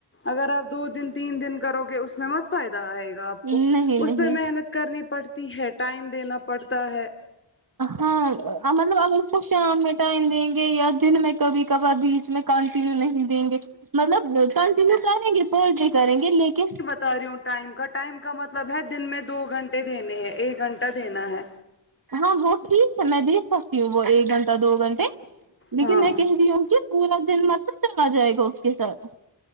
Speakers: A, on the left; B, on the right.
A: اگر آپ دو دن تین دن کرو گے اس میں مت فائدہ آئے گا آپ
B: نہیں
A: کو اس
B: نہیں
A: پہ محنت کرنی پڑتی ہے ٹائم دینا پڑتا ہے
B: ہاں آں مطلب اگر اس کو شام میں ٹائم دیں گے یا دن میں کبھی کبھار بیچ میں کنٹینیو نہیں دیں گے مطلب کنٹینیو کریں گے پر جی کریں گے لیکن
A: تا ری ہوں ٹائم کا ٹائم کا مطلب ہے دن میں دو گھنٹے دینے ہے ایک گھنٹہ دینا ہے
B: ہاں وہ ٹھیک ہے میں دیکھ سکتی ہوں وہ ایک گھنٹہ دو گھنٹے لیکن
A: ہاں
B: میں کہہ ری ہوں کہ پورا دن مطلب چلا جائے گا اس کے ساتھ